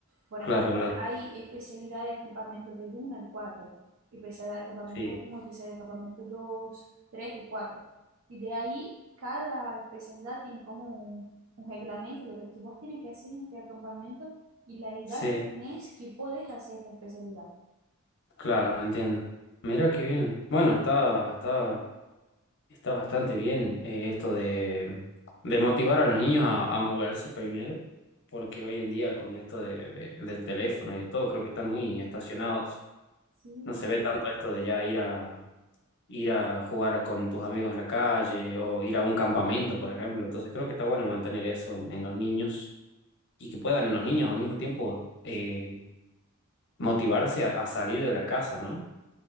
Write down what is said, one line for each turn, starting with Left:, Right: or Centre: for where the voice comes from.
Right: Por
Left: claro,
Right: ejemplo,
Left: claro.
Right: hay especialidad de acampamento de 1 al cuatro especialidad de acampamento
Left: Sí,
Right: uno especialidad de acampamento dos 3 y cuatro Y de ahí, cada especialidad tiene como un, un reglamento de lo que vos tenés que hacer en este acampamento y la edad
Left: sí.
Right: que tenés que podés hacer esta especialidad.
Left: Claro, entiendo. Mira qué bien. Bueno, está, está, está bastante bien eh, esto de, de motivar a los niños a, a moverse primero, porque hoy en día con esto de, de- del teléfono y de todo, creo que están muy estacionados.
Right: Sí,
Left: No se ve tanto esto de ya ir a, ir a jugar con tus amigos en la calle o ir a un campamento, por ejemplo. Entonces creo que está bueno mantener eso en, en los niños y que puedan los niños al mismo tiempo eh, motivarse a, a salir de la casa, ¿no?